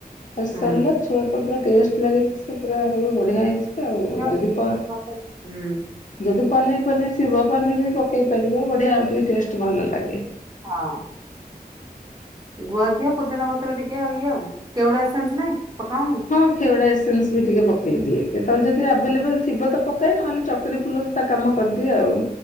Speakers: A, on the left (about 50°); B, on the right (about 25°).
A: ବାସ୍
B: ହୁଁ
A: ସର୍ ଲା। ଛୁଆ ତ ପୁରା ଟେଷ୍ଟ ଲାଗେ ଯେ, ସେ ପୁରା କହିବେ, ବଢ଼ିଆ ହେଇଛି। ହଉ
B: ଘିଅ
A: ଯଦି
B: ପୁଦିନା
A: ପ
B: ପତ୍ର ହୁଁ
A: ଯଦି ପନିର୍ ପନିର୍ ଥିବ, ପନିର୍ ବି ପକେଇ ପାରିବ। ବଢ଼ିଆ ଆଉ ଟିକେ ଟେଷ୍ଟ ଭଲ ଲାଗେ।
B: ହଁ। ଗୁଆ ଘିଅ ପୁଦିନା ପତ୍ର ଟିକେ, ଇଏ ଆଉ। କେଉଡା ଏସେନ୍ସ ନାଇଁ! ପକାଅନି?
A: ହଁ, ଖେଉଡା ଏସେନ୍ସ ବି ଟିକେ ପକେଇ ଦିଏ। କେତଳେ ଯଦି ଆଭେଲେବଲ୍ ଥିବ ତ ପକ୍ କାଏ, ନହେଲେ ଚକରୀ ଫୁଲ ତ, ତା କାମ କରିଦିଏ ଆଉ।